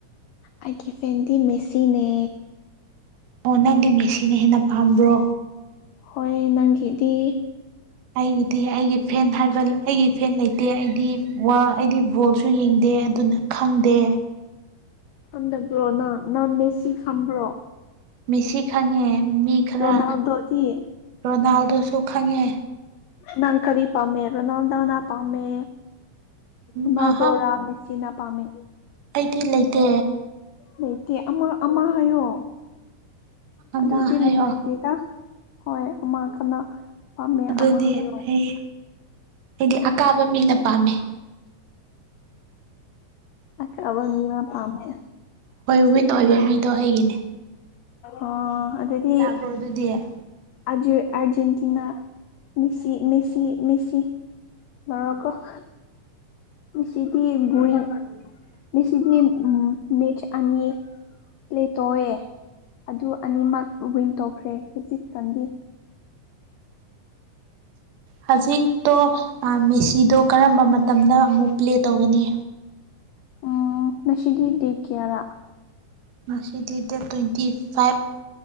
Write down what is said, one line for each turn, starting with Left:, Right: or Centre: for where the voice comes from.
Left: ꯑꯩꯒꯤ ꯐꯦꯟꯗꯤ ꯃꯦꯁꯤꯅꯦ
Right: ꯑꯣ ꯅꯪꯗꯤ ꯃꯦꯁꯤꯅ ꯍꯦꯟꯅ ꯄꯥꯝꯕ꯭ꯔꯣ
Left: ꯍꯣꯏ ꯅꯪꯒꯤꯗꯤ
Right: ꯑꯩꯒꯤꯗꯤ ꯑꯩꯒꯤ ꯐꯦꯟ ꯍꯥꯏꯕ ꯑꯩꯒꯤ ꯐꯦꯟ ꯂꯩꯇꯦ ꯑꯩꯗꯤ ꯋꯥꯔꯜ ꯑꯩꯗꯤ ꯕꯣꯜ ꯌꯦꯡꯗꯦ ꯑꯗꯨꯅ ꯈꯪꯗꯦ꯫
Left: ꯈꯪꯗꯕ꯭ꯔꯣ ꯅꯪ ꯅꯪ ꯃꯦꯁꯤ ꯈꯪꯕ꯭ꯔꯣ꯫
Right: ꯃꯦꯁꯤ ꯈꯪꯉꯦ ꯃꯤ ꯈꯔ
Left: ꯔꯣꯅꯥꯜꯗꯣꯗꯤ
Right: ꯔꯣꯅꯥꯜꯗꯣꯁꯨ ꯈꯪꯉꯦ꯫
Left: ꯅꯪ ꯀꯔꯤ ꯄꯥꯝꯃꯦ ꯍꯥꯏꯕꯅꫭ ꯅꯪꯅ ꯄꯥꯝꯃꯦ ꯔ‌ꯣꯅꯥꯜꯗ‌ꯣꯔ
Right: ꯃꯍꯥꯛ
Left: ꯃ‌ꯦ ꯁꯤꯅ ꯄꯥꯝꯃꯦ
Right: ꯑꯩꯗꯤ ꯂꯩꯇꯦ꯫
Left: ꯂꯩꯇꯦ ꯑꯃ ꯑꯃ ꯍꯥꯏꯌꯣ
Right: ꯑꯃ
Left: ꯑꯗꯨꯗꯤ
Right: ꯍꯥꯏꯌꯣ
Left: ꯅꯨꯡꯉꯥꯏꯇꯦꯗ ꯍꯣꯏ ꯑꯃ ꯀꯅꯥ ꯄꯥꯝꯃꯦ
Right: ꯑꯗꯨꯗꯤ
Left: ꯑꯃ ꯍꯥꯏꯌꯣ
Right: ꯑꯩ ꯑꯩꯗꯤ ꯑꯀꯥꯕ ꯃꯤꯅ ꯄꯥꯝꯃꯦ꯫
Left: ꯑꯁ ꯑꯕꯥ ꯃꯤꯃꯥ ꯄꯥꯝꯃꯦ
Right: ꯍꯣꯏ ꯋꯤꯟ ꯑꯣꯏꯕ ꯃꯤꯗꯣ ꯑꯩꯒꯤꯅꯦ꯫
Left: ꯑꯣ ꯑꯗꯨꯗꯤ
Right: ꯌꯥꯕ꯭ꯔꯣ ꯑꯗꯨꯗꯤ
Left: ꯑꯖꯦ Argentina Messi Messi Messi Morocco ꯉꯁꯤꯗꯤ ꯕꯨꯏꯡ ꯉꯁꯤꯗꯤ ꯃꯦꯁ ꯑꯅꯤ ꯄꯂꯦ ꯇꯧꯑꯦ ꯑꯗꯨ ꯑꯅꯤꯃꯛ ꯋꯤꯟ ꯇꯧꯈ꯭ꯔꯦ ꯍꯧꯖꯤꯛꯇꯪꯗꯤ
Right: ꯍꯧꯖꯤꯛꯇꯣ ꯑꯥ ꯃꯦꯁꯤꯗꯣ ꯀꯔꯝꯕ ꯃꯇꯝꯗ ꯑꯃꯨꯛ ꯄ꯭ꯂꯦ ꯇꯧꯒꯅꯤ꯫
Left: ꯎꯝ ꯅꯁꯤꯗꯤ ꯗꯦꯠ ꯀꯌꯥꯔꯥ
Right: ꯉꯁꯤꯗꯤ date twenty five